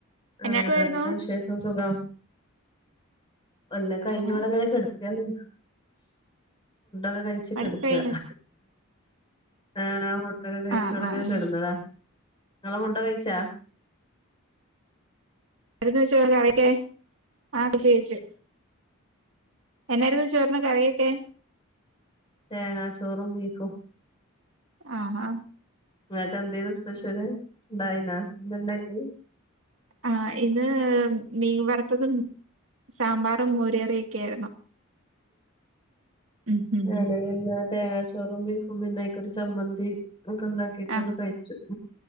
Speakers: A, on the left; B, on the right.
A: അവിടത്തെ
B: എന്നാ എടുക്കുവായിരുന്നു
A: വിശേഷം സുഖം അല്ല കഴിഞ്ഞുവടങ്ങനെനെ
B: ആഹ്
A: കെട്ക്ക ക ണകഴിച്ചെടുക്കുക
B: പണി കഴിഞ്ഞു
A: ആ ആ ഫുഡോക്കെ കഴ്ച്
B: ആഹ്
A: വിടങ്ങനെകിടുന്നതാ
B: ആഹ് ആഹ്
A: ങ്ങൾ ഫുഡ് കഴിച്ച <unintelligible>
B: ന്ന് വെച്ച ആ കയ്ച്ച് കാച്ചു എന്നാർന്ന് ചോറിന് കറിയൊക്കെ
A: തേങ്ങാചോറും ബീഫും
B: ആഹ് ആ
A: ങ്ങക്കെന്തെനു സ്പെഷ്യല് ണ്ടായിനാ ന്താ ണ്ടാക്ക്യേ
B: ആ ഇന്ന് മീൻ വറുത്തതും സാമ്പാറും മോരു കറിയൊക്കെ ആയിരുന്നു ഉം ഉം
A: മ്
B: ഉം
A: <inaudible> തേങ്ങച്ചോറും ബീഫും പിന്നയ്ക്കൊരു ചമ്മന്തി അതൊക്കെ ണ്ടാക്കിട്ടാണ്ട്
B: ആഹ്
A: കഴിച്ചു